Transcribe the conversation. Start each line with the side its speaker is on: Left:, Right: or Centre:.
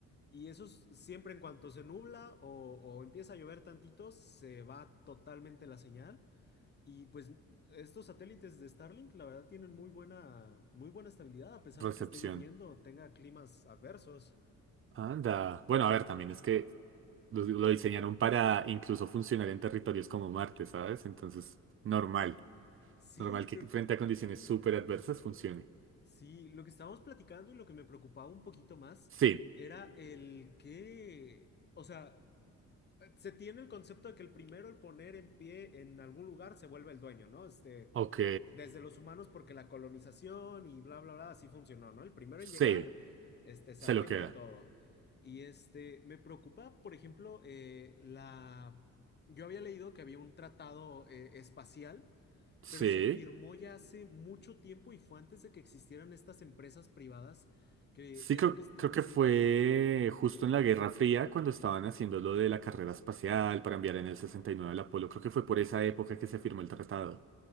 Left: y eso es siempre en cuanto se nubla o, o empieza a llover tantito, se va totalmente la señal. Y pues estos satélites de Starlink, la verdad, tienen muy buena, muy buena estabilidad, a pesar
Right: recepción.
Left: de que esté lloviendo o tenga climas adversos.
Right: Anda. Bueno, a ver, también es que lo, lo diseñaron para incluso funcionar en territorios como Marte, ¿sabes? Entonces, normal.
Left: Sí,
Right: Normal
Left: pero
Right: que frente a condiciones súper adversas funcione.
Left: sí, lo que estábamos platicando y lo que me preocupaba un poquito más
Right: Sí,
Left: era el que, o sea, eh, Se tiene el concepto de que el primero, el poner en pie en algún lugar, se vuelve el dueño, ¿no? Este,
Right: ok,
Left: desde los humanos, porque la colonización y bla, bla, bla, así funcionó, ¿no? El primero
Right: sí,
Left: en llegar, este, se
Right: se
Left: adueña
Right: lo queda.
Left: de todo. Y este, me preocupa, por ejemplo, eh, la... Yo había leído que había un tratado eh, espacial,
Right: Sí.
Left: pero se firmó ya hace mucho tiempo y fue antes de que existieran estas empresas privadas, que
Right: Sí,
Left: es
Right: creo,
Left: lo que están
Right: creo
Left: haciendo
Right: que fue
Left: ahora.
Right: justo en la Guerra Fría cuando estaban haciendo lo de la carrera espacial para enviar en el 69 al Apolo. Creo que fue por esa época que se firmó el tratado.